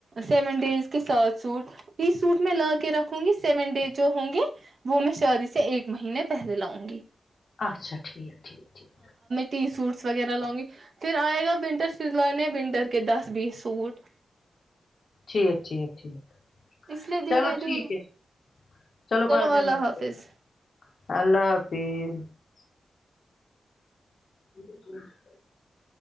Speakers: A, on the right; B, on the left.
A: سیون ڈیز کے ساتھ سوٹ ٹی سوٹ میں لا کے رکھوں گی سیون ڈیز جو ہوں گی وہ میں شادی سے ایک مہینے پہلے لاؤں گی
B: اچھا ٹھیک ہے ٹھیک ہے ٹھیک ہے
A: ت سوٹس وغیرہ لاؤ گی پھر آئے گا ونٹر سلانے ونٹر کے دس بیس سوٹ
B: ٹھیک ٹھیک ہے ٹھیک
A: اس لیے دھیرے
B: چلو ٹھیک
A: دھیرے
B: ہے چلو بعد
A: اللہ
B: میں ملتے
A: حافظ
B: ہیں اللہ حافظ ج